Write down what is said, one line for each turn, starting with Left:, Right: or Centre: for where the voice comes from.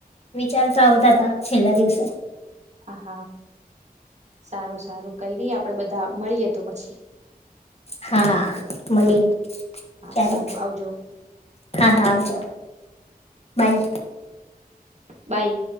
Left: વિચારતા આવતા હતા છેલ્લા દિવસે.
Right: હ. સારું સારું કઈ ની આપડે બધા મળીએ તો પછી.
Left: હા મળીએ
Right: હા
Left: ક્યારેક
Right: સારું આવજો
Left: હા હા આવજો. બાય.
Right: બાય.